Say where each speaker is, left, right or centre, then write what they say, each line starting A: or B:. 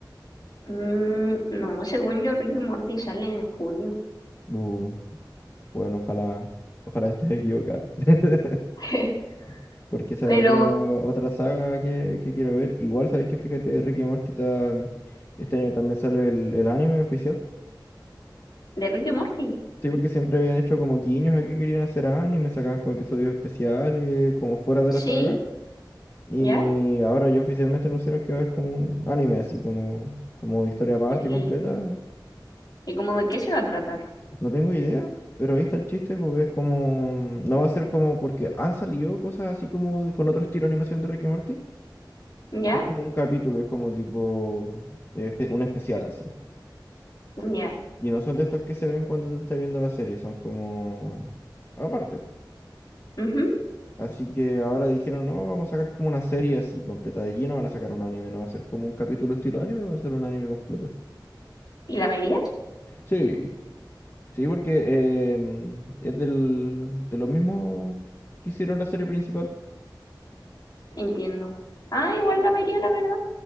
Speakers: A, on the left; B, on the left.
A: Mm, no, según yo, Rick y Morty sale en junio.
B: Bu, bueno, ojalá, ojalá estés equivocado. <laughs>
A: <laughs>
B: Porque esa es
A: Pero,
B: otra, otra saga que, que quiero ver. Igual sabéis que fíjate, Ricky Morty está, este año también sale el, el anime oficial.
A: ¿de Rick y Morty?
B: Sí, porque siempre habían hecho como guiños a que querían hacer anime, sacaban como episodios especiales, como fuera de la
A: Sí,
B: saga. Y
A: ¿ya?
B: ahora ya oficialmente anunciaron que va a haber como un anime así, como, como historia aparte
A: ¿Y,
B: completa.
A: y como de qué se va a tratar?
B: No tengo idea, pero ahí está el chiste, porque es como... No va a ser como porque han salido cosas así como de- con otro estilo de animación de Ricky Morty.
A: ¿Ya?
B: Es como un capítulo, es como tipo eh, espe- un especial así.
A: ¿Ya?
B: Y no son de estos que se ven cuando tú estás viendo la serie, son como... Aparte.
A: ujú.
B: Así que ahora dijeron, no, vamos a sacar como una serie así completa de lleno, van a sacar un anime, no va a ser como un capítulo estilo anime, va a ser un anime completo.
A: ¿Y la verías?
B: Sí, sí, porque em, es del, de los mismos que hicieron la serie principal.
A: Entiendo. Ah, igual la vería, la verdad.